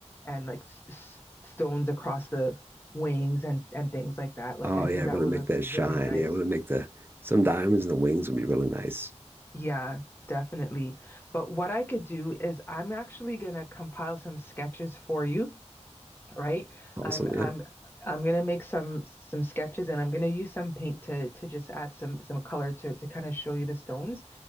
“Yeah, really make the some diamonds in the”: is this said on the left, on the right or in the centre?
Right